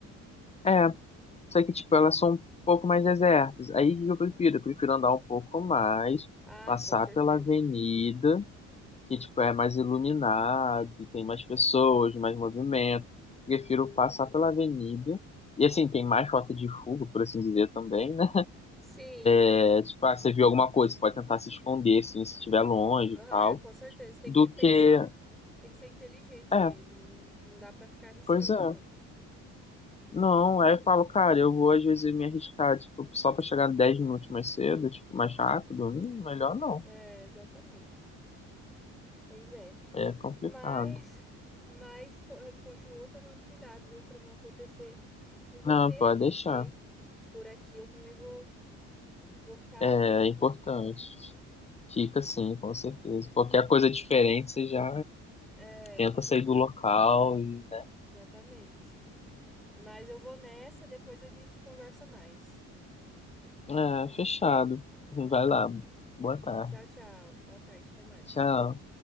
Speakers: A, on the left; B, in the centre.
A: é, Só que, tipo, elas são um pouco mais desertas. Aí o que eu prefiro? Eu prefiro andar um pouco mais,
B: Ah,
A: passar
B: com certeza.
A: pela avenida, que, tipo, é mais iluminado, e tem mais pessoas, mais movimento. Prefiro passar
B: Uhum.
A: pela avenida. E, assim, tem mais rota de fuga, por assim dizer, também, né?
B: Sim,
A: É, tipo, ah, você viu alguma coisa, você pode tentar se esconder, assim, se estiver longe
B: ah,
A: e tal.
B: é, com certeza. Tem
A: Do
B: que pensar,
A: que...
B: tem que ser inteligente
A: É,
B: mesmo. Não, não dá pra ficar arriscando,
A: pois é.
B: não.
A: Não, aí eu falo, cara, eu vou às vezes me arriscar, tipo, só pra chegar 10 minutos mais cedo, tipo, mais rápido. hum, melhor não.
B: É, exatamente. Pois é.
A: É complicado.
B: Mas, mas to- continua tomando cuidado, viu, Pra não acontecer com você
A: Não,
B: aí,
A: pode deixar.
B: porque por aqui eu também vou, vou ficar
A: É
B: atenta.
A: importante. Fica sim, com certeza. Qualquer coisa diferente, você já
B: É,
A: tenta sair do local e.
B: exatamente. Mas eu vou nessa, depois a gente conversa mais.
A: É, fechado. Vai lá. Boa tarde.
B: Tchau, tchau. Boa tarde, até mais.
A: Tchau.